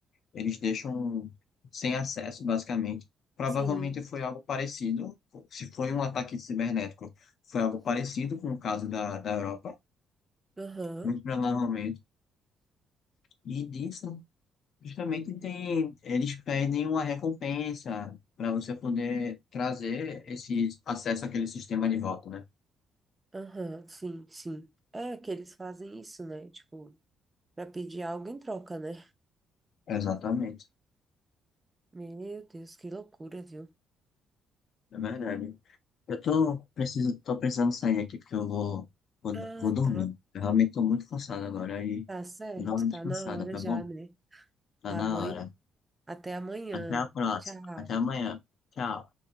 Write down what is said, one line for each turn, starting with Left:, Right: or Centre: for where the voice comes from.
Left: Eles deixam sem acesso, basicamente. Provavelmente
Right: Sim.
Left: foi algo parecido, se foi um ataque cibernético, foi algo parecido com o caso da, da Europa
Right: Aham,
Left: muito provavelmente. E disso, justamente tem, eles pedem uma recompensa para você poder trazer esse acesso àquele sistema de volta, né?
Right: aham, sim, sim. É que eles fazem isso, né? Tipo, pra pedir algo em troca, né?
Left: Exatamente,
Right: Meu Deus, que loucura, viu?
Left: é verdade. Eu tô, preciso, tô precisando sair aqui porque eu vou, vou,
Right: Ah,
Left: vou dormir.
Right: tá,
Left: Eu realmente tô muito cansado agora e
Right: tá certo,
Left: eu dou uma descansada,
Right: tá na hora
Left: tá
Right: já,
Left: bom?
Right: né?
Left: Tá
Right: Tá
Left: na
Right: bom,
Left: hora.
Right: Até amanhã.
Left: Até a próxima.
Right: Tchau.
Left: Até amanhã. Tchau.